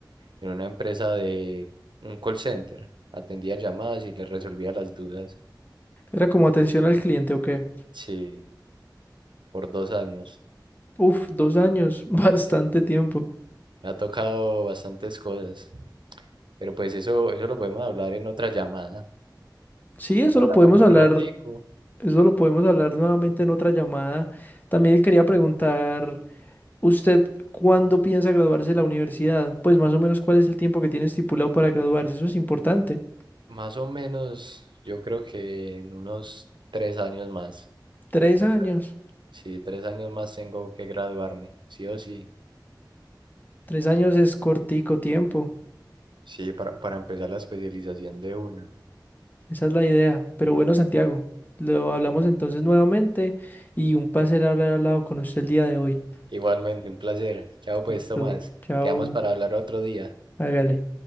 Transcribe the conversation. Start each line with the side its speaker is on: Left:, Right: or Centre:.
Right: En una empresa de un call center, atendía llamadas y les resolvía las dudas.
Left: ¿Era como atención al cliente o qué?
Right: Sí, por dos años.
Left: Uf, dos años, <laughs> bastante
Right: Sí.
Left: tiempo.
Right: Me ha tocado bastantes cosas, pero pues eso, eso lo podemos hablar en otra llamada.
Left: Sí, eso
Right: Hablamos
Left: lo podemos
Right: un
Left: hablar,
Right: ratico,
Left: eso lo podemos hablar nuevamente en otra llamada. También quería preguntar. ¿Usted cuándo piensa graduarse de la universidad? Pues más o menos cuál es el tiempo que tiene estipulado para graduarse. Eso es importante.
Right: más o menos, yo creo que en unos tres años más.
Left: Tres
Right: Tres-
Left: años.
Right: sí, tres años más tengo que graduarme, sí o sí.
Left: Tres años es cortico tiempo.
Right: Sí, para, para empezar la especialización de una.
Left: Esa es la idea. Pero bueno, Santiago, lo hablamos entonces nuevamente y un placer hablar al lado con usted el día de hoy.
Right: Igualmente, un placer. Chao pues,
Left: Listo.
Right: Tomás.
Left: Chao.
Right: Quedamos para hablar otro día.
Left: Hágale.